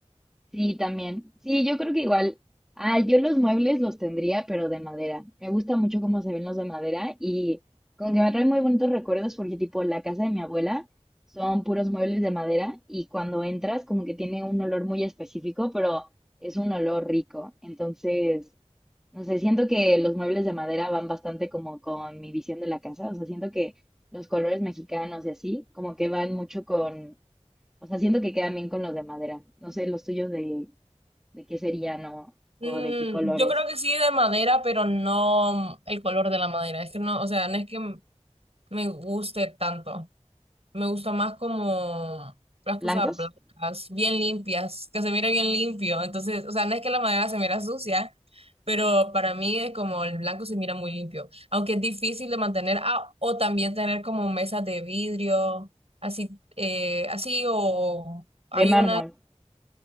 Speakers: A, in the centre; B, on the right.
A: Sí, también. Sí, yo creo que igual. Ah, yo los muebles los tendría, pero de madera. Me gusta mucho cómo se ven los de madera y como que me trae muy bonitos recuerdos porque tipo la casa de mi abuela son puros muebles de madera y cuando entras como que tiene un olor muy específico, pero es un olor rico. Entonces, no sé, siento que los muebles de madera van bastante como con mi visión de la casa. O sea, siento que los colores mexicanos y así, como que van mucho con, o sea, siento que quedan bien con los de madera. No sé, los tuyos de ¿De qué serían o,
B: Mm,
A: o de qué colores?
B: yo creo que sí de madera, pero no el color de la madera. Es que no, o sea, no es que m- me guste tanto. Me gusta más como las
A: ¿Blancos?
B: cosas blancas, bien limpias, que se mire bien limpio. Entonces, o sea, no es que la madera se mira sucia, pero para mí es como el blanco se mira muy limpio. Aunque es difícil de mantener, ah, o también tener como mesas de vidrio, así, eh, así, o hay
A: De mármol.
B: una.